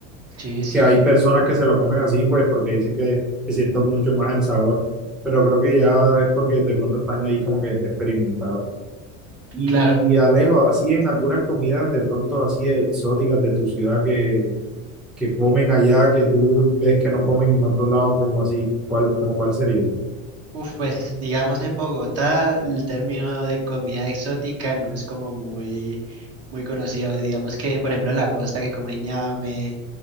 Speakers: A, on the right; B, in the centre.
A: Sí, sí,
B: que hay personas que se lo comen así, pues porque dicen que se sienten mucho más el sabor, pero creo que ya es porque de pronto están ahí como que experimentados. Y
A: claro.
B: Alejo, así en algunas comidas de pronto así exóticas de tu ciudad que, que comen allá, que tú ves que no comen en otro lado, como así, ¿cuál, como cuál sería?
A: Uf, pues digamos en Bogotá el término de comida exótica no es como muy, muy conocido. Digamos que, por ejemplo, en la costa que comen ñame